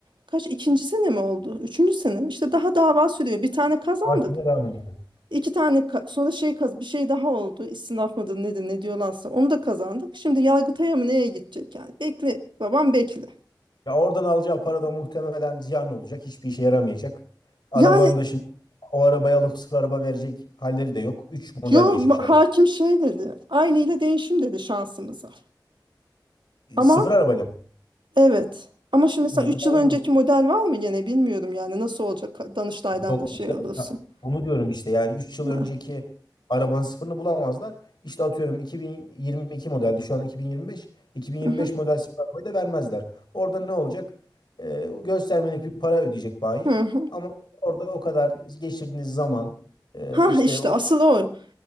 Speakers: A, on the right; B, on the left.
A: kaç ikinci sene mi oldu? Üçüncü sene mi? İşte daha dava sürüyor. Bir tane kazandık.
B: Hakimle devam edelim.
A: İki tane ka- sonra şey kaz- bir şey daha oldu. İstinaf mıdır nedir ne diyorlarsa onu da kazandık. Şimdi Yargıtay'a mı neye gidecek yani? Bekle babam bekle.
B: Ya oradan alacağı para da muhtemelen ziyan olacak. Hiçbir işe yaramayacak. Arabanın
A: Yani
B: da şimdi o arabayı alıp sıfır araba verecek halleri de yok. 3 model
A: yo
B: geçmiş
A: ma-
B: araba.
A: hakim şey dedi. Aynı ile değişim dedi şansımıza.
B: E,
A: Ama
B: sıfır arabayla mı?
A: evet. Ama şimdi mesela
B: Hı,
A: 3
B: ben
A: yıl önceki
B: öyle oldu.
A: model var mı gene bilmiyorum yani nasıl olacak Danıştay'dan
B: Yok
A: da şey
B: işte
A: olursun.
B: ya, onu diyorum işte yani 3 yıl önceki
A: Ha,
B: arabanın sıfırını bulamazlar. İşte atıyorum 2022 modeldi şu an 2025. 2025
A: hı hı,
B: model sıfır arabayı da vermezler. Orada ne olacak? E, göstermelik bir para ödeyecek bayi.
A: hı hı.
B: Ama orada o kadar geçirdiğiniz zaman e,
A: Ha,
B: işte
A: işte
B: o
A: asıl o.